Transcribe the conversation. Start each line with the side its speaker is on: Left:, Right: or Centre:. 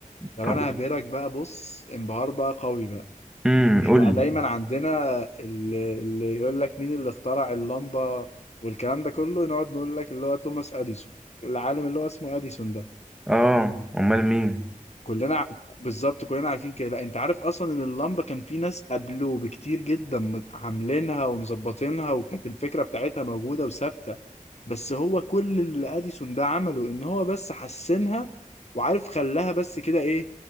Left: طب
Centre: طب
Left: انا هبهرك بقى بص انبهار بقى قوي بقى
Centre: امم
Left: احنا
Centre: قول
Left: دايما
Centre: لي.
Left: عندنا اللي, اللي يقول لك مين اللي اخترع اللمبة والكلام ده كله نقعد نقول لك اللي هو توماس اديسون العالم اللي هو اسمه اديسون ده
Centre: اه امال مين
Left: كلنا ع- بالظبط كلنا عارفين كده لا انت عارف اصلا ان اللمبة كان في ناس قبله بكتير جدا عاملينها ومظبطينها وكانت الفكرة بتاعتها موجودة وثابتة بس هو كل اللي اديسون ده عمله ان هو بس حسنها وعارف خلاها بس كده ايه